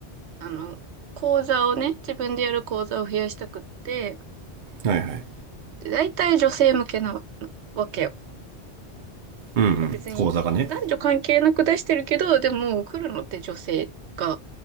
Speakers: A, on the right (about 80°); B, on the right (about 50°).
A: あの、講座をね、自分でやる講座を増やしたくって、
B: はいはい。
A: で、大体女性向けなわけよ。
B: うんうん。
A: 別に男女関係なく出してるけど、
B: 口座がね。
A: でも来るのって女性が